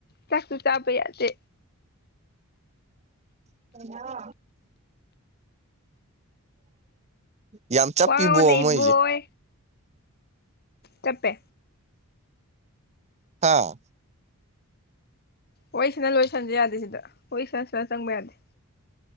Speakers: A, on the left (about 45°); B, on the right (about 30°).
A: ꯆꯥꯛꯁꯨ ꯆꯥꯕ ꯌꯥꯗꯦ
B: ꯍꯥ <inaudible> ꯌꯥꯝ ꯆꯞꯄꯤꯕꯣ
A: ꯋꯥ ꯉꯥꯡꯉꯣꯅꯦ
B: ꯃꯣꯏꯁꯦ
A: ꯏꯕꯣꯏ ꯆꯞꯄꯦ
B: ꯑꯥ
A: ꯋꯥꯔꯤꯁꯅ ꯂꯣꯏꯁꯟꯖꯦ ꯌꯥꯗꯦ ꯁꯤꯗ ꯍꯣꯏ ꯁꯔ ꯁꯔ ꯆꯪꯕ ꯌꯥꯗꯦ